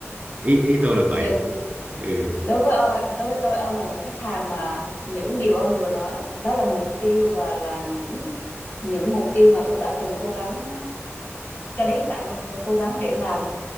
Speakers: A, on the right; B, on the left.
A: ý ý tôi là
B: Nhưng
A: vậy ấy. ừ
B: đối với ờ, đối với tôi ông là một khách hàng mà những điều ông vừa nói đó là mục tiêu và là những những mục tiêu mà tôi đã từng cố gắng cho đến hiện tại luôn tôi cố gắng để làm